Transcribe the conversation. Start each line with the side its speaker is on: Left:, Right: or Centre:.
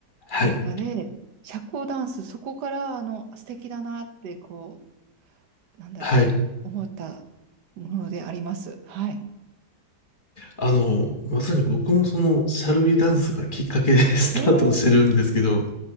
Left: はい。
Right: 映画で、社交ダンス、そこから、あの、素敵だなって、こう、なんだろう、
Left: はい。
Right: 思ったものであります。はい。
Left: あの、まさに僕もその、シャルビーダンスがきっかけで <laughs> スタートしてるんですけど、
Right: ええ。